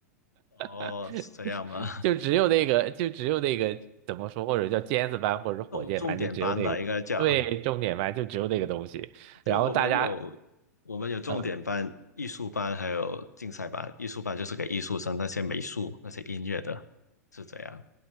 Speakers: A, on the left; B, on the right.
A: 哦，
B: <laughs>
A: 是这样吗？<laughs>
B: 就只有那个就只有那个怎么说，或者叫尖子班或者是火箭班，
A: 重重点班吧，
B: 就只有那个东西对，
A: 应该叫。
B: 重点班就只有那个东西，
A: 对，
B: 然后大家。
A: 我们有我们有重点班、
B: 嗯。
A: 艺术班，还有竞赛班。艺术班就是给艺术生，那些美术、那些音乐的，是这样。